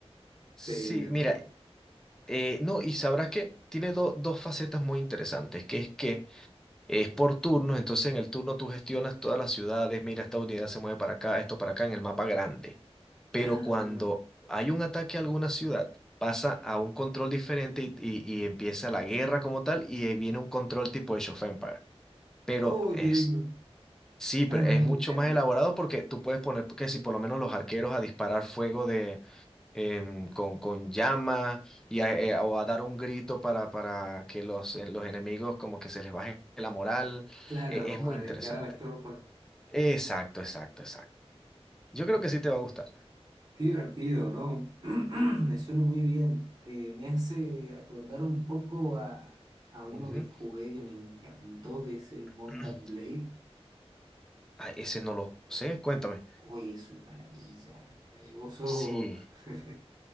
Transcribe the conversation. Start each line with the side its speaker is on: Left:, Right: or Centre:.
Centre: Sí,
Right: pero...
Centre: mira, eh, no, y sabrás que tiene do- dos facetas muy interesantes, que es que Es por turnos, entonces en el turno tú gestionas todas las ciudades, mira, esta unidad se mueve para acá, esto para acá en el mapa grande. Pero
Right: Ah,
Centre: cuando hay un ataque a alguna ciudad, pasa a un control diferente y, y- y empieza la guerra como tal y ahí viene un control tipo Age of Empires. Pero
Right: oh,
Centre: es,
Right: qué lindo.
Centre: sí, pero
Right: Ah, no,
Centre: es
Right: me
Centre: mucho
Right: encanta.
Centre: más elaborado porque tú puedes poner que si por lo menos los arqueros a disparar fuego de em, con, con llama y a, eh, o a dar un grito para, para que los, eh, los enemigos como que se les baje la moral.
Right: Claro,
Centre: Eh, es
Right: como
Centre: muy
Right: arengar
Centre: interesante.
Right: a las tropas.
Centre: Exacto, exacto, exacto. Yo creo que sí te va a gustar.
Right: Qué divertido, ¿no? <clears throat> Me suena muy bien. Eh, me hace acordar un poco a, a uno
Centre: Ujú.
Right: que jugué que me encantó, que es el
Centre: <clears throat>
Right: Mountain Blade.
Centre: Ah, ese no lo sé, cuéntame.
Right: Hoy es una maravilla. Eh, vos sos...
Centre: Sí,
Right: <laughs>